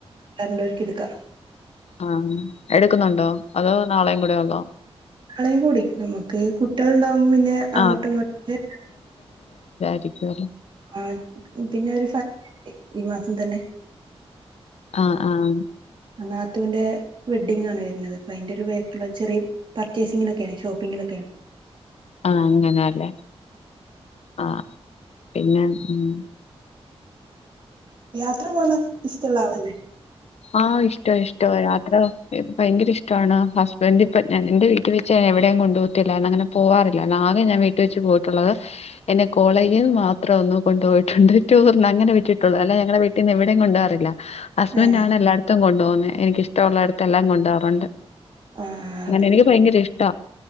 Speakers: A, on the right (about 50°); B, on the left (about 80°).
A: രണ്ട് രൂപ ക്ക്‌ എടുക്കാ
B: ആഹ എടുക്കുന്നുണ്ടോ അതോ നാളെയും കൂടെ ഉള്ളോ
A: <unintelligible> നാളെയും കൂടി നമ്മുക്ക് കുട്ടികൾണ്ടാകുമ്പോ പിന്നെ അങ്ങോട്ടും
B: ആ
A: ഇങ്ങോട്ടും
B: എക്കെ <unintelligible>
A: ആഹ പിന്നെ ഒരു ഈ മാസം തന്നെ
B: ആഹ ആഹ
A: നാത്തുവിന്റെ വെഡിംങ് ആണ് വരുന്നത് അപ്പോ അതിന്റെറെ ഒരു വേ ചെറിയ പർച്ചേസിങ്ങിലൊക്കെയാണ് ഷോപ്പിംഗിലൊക്കെയാണ് <unintelligible>
B: ആ അങ്ങനെല്ലേ ആഹ് പിന്നെ മ്മ്
A: യാത്ര പോണ ഇഷ്ടള്ള ആളഞ്ഞെ
B: ആഇഷ്ടാ ഇഷ്ടാ യാത്ര ഭയങ്കരഷ്ടാണ് ഹസ്ബൻഡ് ഇപ്പ ൻന്റെ വീട്ടിൽ വെച്ച് എവിടേം കൊണ്ടോവത്തില്ല എന്നങ്ങനെ പോവാറില്ല ആകെ ഞാൻ വീട്ടിൽ വെച്ച് പോയിട്ടുള്ളത് എന്നെ കോളേജിന്ന് മാത്രം ഒന്ന് കൊണ്ടോയിട്ടുണ്ട് ടൂറിന് അങ്ങനെവിട്ടിട്ടുള്ളൂ അല്ല ഞങ്ങളെ വീട്ടീന്ന് എവിടെ കൊണ്ടപാറില്ല ഹസ്ബൻറ്
A: ഏ
B: ആണ് എല്ലായിടത്തും കൊണ്ടു പോോകുന്നത് എനിക്ക ഇഷ്ടമുള്ളായിടത്ത എല്ലാം കൊണ്ടുപവാറുണ്ട്
A: ആ
B: അങ്ങനെ
A: അപ്പൊ
B: എനിക്ക്
A: പിന്നെ
B: ഭയങ്കര ഇഷ്ട